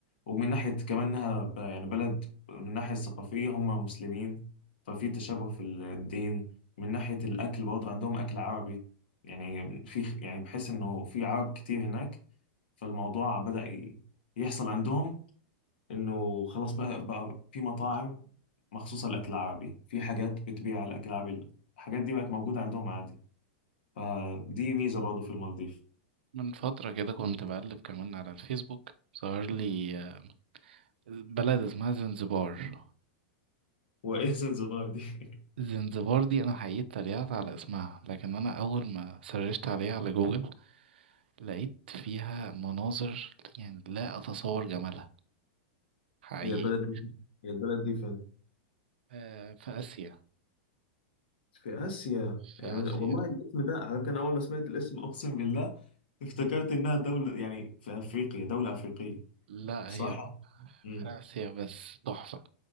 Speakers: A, on the left; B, on the right.
A: ومن ناحيه كمان انها ب- يعني بلد من الناحيه الثقافيه هم مسلمين ففي تشابه في الدين من ناحيه الاكل برضه عندهم اكل عربي يعني في يعني بحس انه في عرب كتير هناك فالموضوع بدأ ي- يحصل عندهم انه خلاص بقى بقى في مطاعم مخصوصة للأكل العربي في حاجات بتبيع الأكل العربي الحاجات دي بقت موجودة عندهم عادي فدي ميزة برضه في المالديف
B: من فترة كده كنت بقلب كمان على الفيسبوك ظهر لي آه، بلد اسمها زنزبار
A: <laughs> وإيه زنزبار دي <laughs>
B: زنزبار دي أنا حقيقي اتريقت على اسمها لكن أنا أول ما سرشت عليها على جوجل لقيت فيها مناظر يعني لا أتصور جمالها حقيقي
A: هي البلد دي هي البلد دي فين؟
B: آه، في آسيا
A: في آسيا
B: في
A: يعني
B: آسيا
A: والله الاسم ده على فكرة أنا أول ما سمعت الاسم أقسم بالله <laughs> افتكرت إنها دولة يعني في أفريقيا دولة أفريقية
B: لا
A: بصراحة
B: هي في
A: مم.
B: آسيا بس تحفة